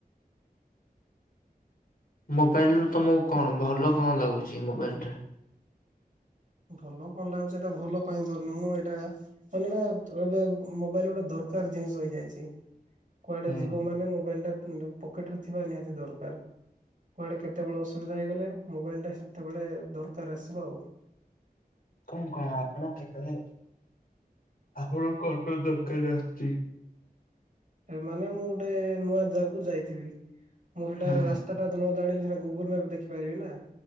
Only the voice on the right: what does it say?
ଭଲ କଣ ଲାଗୁଚି ଏଟା ଭଲ ପାଇଁ ଝରଣମ ଏଟା। <unintelligible> ଏବେ ମୋବାଇଲ ଗୋଟେ ଦରକାର ଜିନିଷ ହେଇଯାଇଛି। କୁଆଡେ
ଯିବ ମାନେ ମୋବାଇଲ ଟା ପକେଟ ରେ ଥିବା ନିହାତି ଦରକାର। କୁଆଡ଼େ କେତେବେଳେ ଅସୁବିଧା ହେଇଗଲେ ମୋବାଇଲଟା ସେତେବେଳେ ଦରକାର ଆସିବ ଆଉ।
ମାନେ ମୁଁ ଗୋଟେ ନୂଆ ଜାଗାକୁ ଯାଇଥିବି ମୁଁ ସେଟା
ରାସ୍ତା ହଟାତ୍ ନ ଜଣିଲେ ସେଟା ଗୁଗୁଲ ମ୍ୟାପ ଦେଖିପାରିବି ନା।